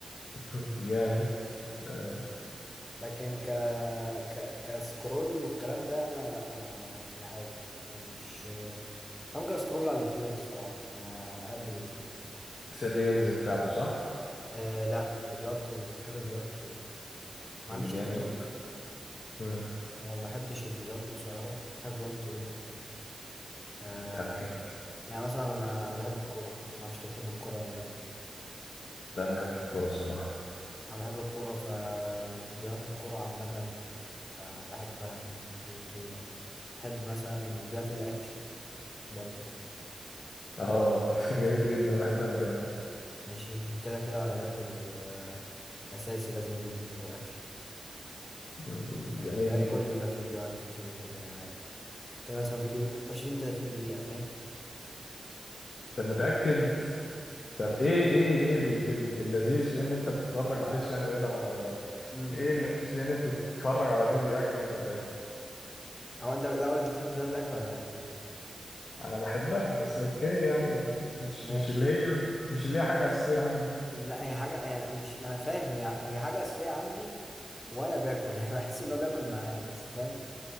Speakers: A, on the left; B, on the left.
A: <laughs> جامد تمام
B: لكن ك... ك... كسكرول والكلام ده انا لا انا يعني عادي انا مش ممكن اسكرول على اليوتيوب الصراحه يعني انا احب اليوتيوب
A: في الريلز بتاعته صح
B: أه لا فيديوهات طويله بحب الفيديوهات الطويله ما عنديش
A: جميل
B: تيك توك
A: مم.
B: وما بحبش الفيديوهات القصيره بحب الفيديوهات الطويله أه
A: طب حلو.
B: يعني مثلا انا انا بحب الكوره ما اعرفش انت بتحب الكوره ولا لا
A: ده انا ما بحبش الكورة الصراحة
B: انا بحب الكوره ففيديوهات الكوره عامه ب... بحبها فيديوهات طويله بحب مثلا فيديوهات الاكل برضو
A: اه <laughs> جميل جدا انا بحبها انا كمان
B: ماشي كده كده وانا باكل آه، اساسي لازم فيديو اكل
A: مم،
B: يعني
A: جميل
B: باكل
A: جدا
B: يبقى فيديو اكل كده كده كده مثلا فيديو 20 30 دقيقة فاهم
A: طب متأكد طب ايه ايه ايه ال- ال- اللذيذ في ان انت بتتفرج معلش يعني بعيدا عن الموضوع
B: امم
A: ايه اللذيذ في ان انت بتتفرج على فيديو اكل وانت بتاكل
B: هو انت الاول انت بتحب فيديوهات الاكل ولا لا
A: انا بحبها بس اوكي يعني مش
B: ماشي
A: مش اللي هي مش اللي هي حاجه اساسيه عندي
B: لا هي حاجة يعني مش ما انا فاهم هي هي حاجة اساسية عندي وانا باكل <laughs> يعني بحس ان هو بياكل معايا بس فاهم